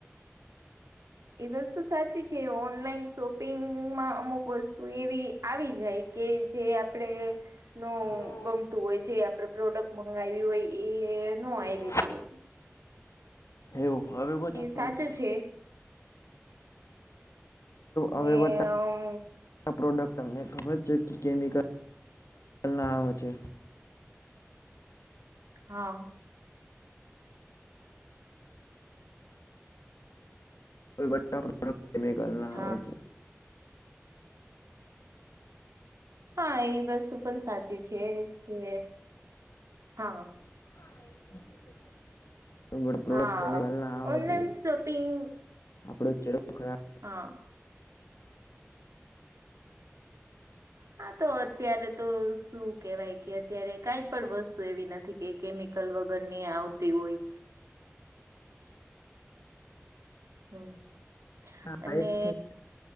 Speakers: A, on the right; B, on the left.
A: એ વસ્તુ સાચી છે, ઓનલાઈન શોપિંગમાં અમુક વસ્તુ એવી આવી જાયકે જે આપડેનો
B: નો
A: ગમતું હોય જે આપડે પ્રોડક્ટ મંગાવ્યું હોય એન આવી.
B: નો
A: બી બોજ
B: એવું ભાવે બધા પ્રવી
A: સાચું છે ને
B: અવે <unintelligible>
A: અમ
B: આ પ્રોડક્ટ તમને ખબર છે કે કેમિકલ ના આવે છે.
A: હા
B: <unintelligible> પ્રોડક્ટ કેમિકલ ના
A: હા
B: આવે છે.
A: હા એ વસ્તુ પણ સાચી છે કે હા
B: <unintelligible> પ્રોડક્ટ
A: હા
B: કેમિકલ ના હોવાથી
A: ઓનલાઈન શોપિંગ
B: આપડો ચહરો ખરાબ
A: હા હા તો અત્યારે તો શું કેવાય કે અત્યારે કઈ પણ વસ્તુ એવી નથી કેમિ કલ વગર ની આવતી હોય હમ
B: હા
A: અને
B: એ છે